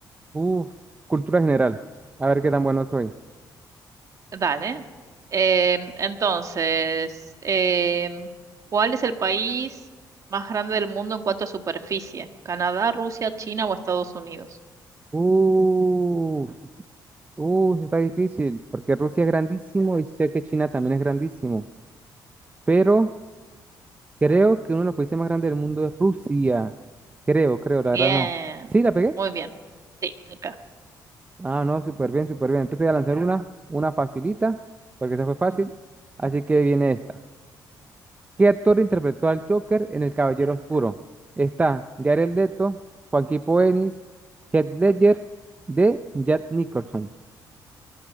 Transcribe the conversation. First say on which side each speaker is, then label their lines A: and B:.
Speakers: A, on the right; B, on the right.
A: uf, cultura general. A ver qué tan bueno soy.
B: Dale. Em, entonces, em, ¿cuál es el país más grande del mundo en cuanto a superficie? ¿Canadá, Rusia, China o Estados Unidos?
A: Uf, uf, está difícil, porque Rusia es grandísimo y sé que China también es grandísimo, pero... Creo que uno de los países más grandes del mundo es Rusia. Creo, creo, la
B: Bien,
A: verdad no. ¿Sí la pegué?
B: muy bien. Sí, acá.
A: Ah, no, súper bien, súper bien. Entonces te voy a lanzar una, una facilita, porque esta fue fácil.
B: Ujú.
A: Así que viene esta. ¿Qué actor interpretó al Joker en El Caballero Oscuro? Está Jared Leto, Joaquín Phoenix, Heath Ledger de Jack Nicholson.